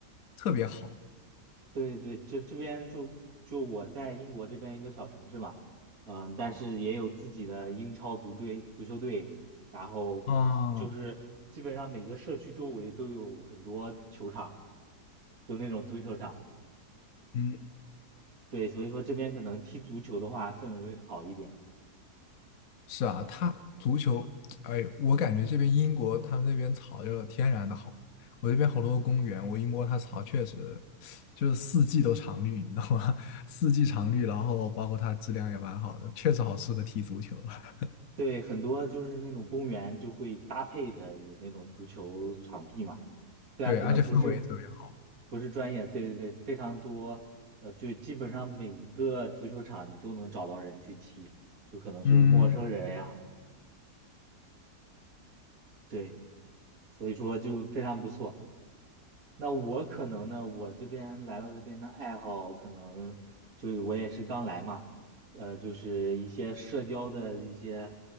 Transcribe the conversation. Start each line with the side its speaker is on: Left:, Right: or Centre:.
Left: 特别好
Right: 对对，这这边就就我在英国这边一个小城市嘛，嗯，但是也有自己的英超足队、足球队，然后就是基本上每个社区周围都有很多球场，
Left: 啊，
Right: 就那种足球场。
Left: 嗯。
Right: 对，所以说这边可能踢足球的话氛围会好一点。
Left: 是啊，他足球，哎，我感觉这边英国他们那边草就天然的好，我这边好多公园，我一摸它草，确实就是四季都常绿，你知道吗？<laughs> 四季常绿，然后包括它质量也蛮好的，确实好适合踢足球。<laughs>
Right: 对，很多就是那种公园就会搭配的有那种足球场地嘛。虽然可能不是
Left: 对，而且氛围也特别好，
Right: 不是专业，对对对，非常多，呃，就基本上每一个足球场你都能找到人去踢，就可能是陌生人呀，
Left: 嗯，
Right: 对，所以说就非常不错。那我可能呢，我这边来到这边的爱好，可能就是我也是刚来嘛，呃，就是一些社交的一些，